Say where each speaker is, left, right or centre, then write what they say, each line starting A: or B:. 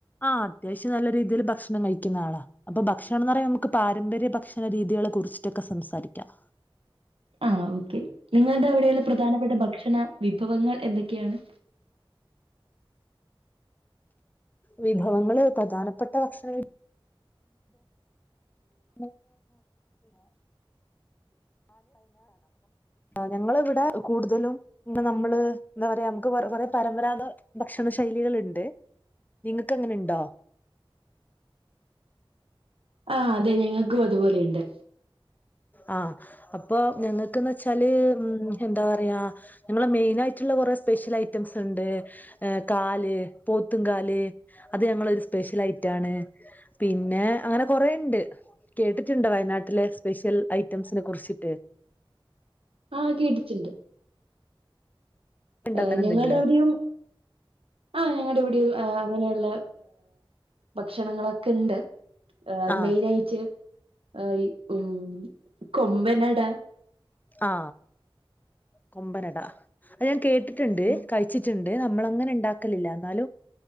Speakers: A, on the left; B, on the right.
A: ആ അത്യാവശ്യം നല്ല രീതിയില് ഭക്ഷണം കഴി ക്ക്ന്ന ആളാ അപ്പൊ ഭക്ഷണം ന്ന് പറയാ നമക്ക് പാരമ്പര്യ ഭക്ഷണ രീതി കളെ കുറിച്ചിട്ടൊക്കെ സംസാരിക്കാം
B: ആ ഓക്കെ നിങ്ങൾടെ അവിടെള്ള പ്രധാനപ്പെട്ട ഭക്ഷണ വിഭവങ്ങൾ എന്തൊക്കെയാണ്
A: വിഭവങ്ങള് പ്രധാനപ്പെട്ട ഭക്ഷണ വി <inaudible> ഞങ്ങള് ഇവിടെ കൂടുതലും ന്നെ നമ്മള് എന്താ പറയാ നമുക്ക് കൊർ കൊറേ പരമ്പരാത ഭക്ഷണ ശൈലികള്ണ്ട് നിങ്ങക്ക് അങ്ങനെ ഇണ്ടോ
B: ആ അതെ ഞങ്ങക്കും അതുപോലെയ്ണ്ട്
A: ആഹ അപ്പൊ ഞങ്ങക്ക്ന്ന് വെച്ചാല് എന്താ പറയാ ഞങ്ങളെ മെയിൻ ആയിട്ട്ള്ള കൊറേ സ്പെഷ്യൽ ഐറ്റംസ് ഇണ്ട് കാല് പോത്തും കാല് അത് ഞങ്ങളൊരു സ്പെഷ്യൽ ഐറ്റാണ് പിന്നെ അങ്ങനെ കൊറേണ്ട് കേട്ടിട്ട്ണ്ടോ വയനാട്ടില് സ്പെഷ്യൽ ഐറ്റംസിനെ കുറിച്ചിട്ട്
B: ആഹ് കേട്ടിട്ട്ണ്ട്
A: ഉണ്ടോ
B: ഏ
A: അങ്ങനെ
B: ഞങ്ങൾടെ
A: എന്തെങ്കിലും
B: അവിടെയും ആ ഞങ്ങടെ ഇവിടെയും അങ്ങനെയ ള്ളെ ഭക്ഷണങ്ങളൊക്കെ ഇണ്ട് ആ
A: ആഹ്
B: മെയിനായിട്ട് ആ ഈ ഉം കൊമ്പനട
A: ആ കൊമ്പനട അത് ഞാൻ കേട് ട്ടിട്ട്ണ്ട്
B: ആഹ്
A: കഴിച്ചിട്ട്ണ്ട് അ <unintelligible> നമ്മള അങ്ങനെ ഇണ്ടാക്കലില്ല എന്നാലും